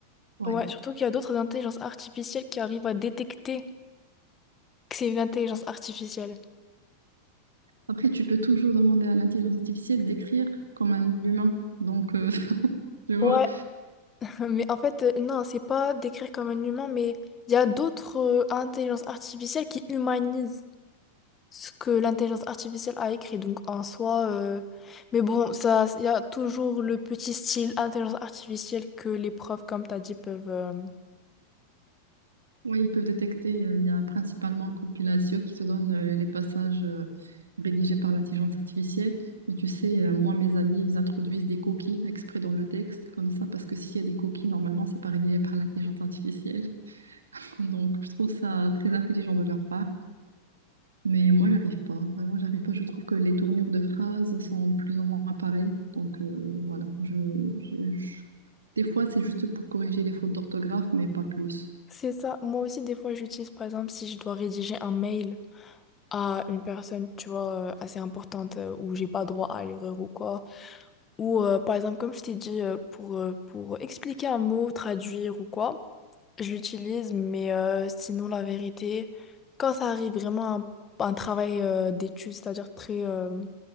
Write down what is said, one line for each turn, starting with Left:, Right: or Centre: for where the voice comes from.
Right: ouais.
Left: Ouais, surtout qu'il y a d'autres intelligences artificielles qui arrivent à détecter que c'est une intelligence artificielle.
Right: Après, tu peux toujours demander à l'intelligence artificielle d'écrire comme un humain. Donc, euh, <laughs> tu vois.
Left: Ouais, <laughs> mais en fait, euh, non, c'est pas décrire comme un humain, mais il y a d'autres euh, intelligences artificielles qui humanisent ce que l'intelligence artificielle a écrit. Donc en soi, euh, mais bon, ça, il y a toujours le petit style intelligence artificielle que les profs, comme t'as dit, peuvent. euh,
Right: Oui, ils peuvent détecter. euh, Il y a principalement Compilatio qui te donne euh, les passages euh, rédigés par l'intelligence artificielle. Mais tu sais, euh, moi, mes amis, ils introduisent des coquilles exprès dans le texte, comme ça, parce que s'il y a des coquilles, normalement, c'est pas rédigé par l'intelligence artificielle. <laughs> Donc, je trouve ça très intelligent de leur part. Mais moi, j'arrive pas. Vraiment, j'arrive pas. Je trouve que les tournures de phrases sont plus ou moins pareilles. Donc, euh, voilà. Je, je- je- Des fois, c'est juste pour corriger les fautes d'orthographe, mais pas plus.
Left: C'est ça. Moi aussi, des fois, j'utilise, par exemple, si je dois rédiger un mail à une personne, tu vois, euh, assez importante, euh, où j'ai pas droit à l'erreur ou quoi. Ou euh, par exemple, comme je t'ai dit, euh, pour, euh, pour expliquer un mot, traduire ou quoi, je l'utilise, mais euh, sinon, la vérité, quand ça arrive vraiment à un, un travail euh, d'étude, c'est-à-dire très, euh,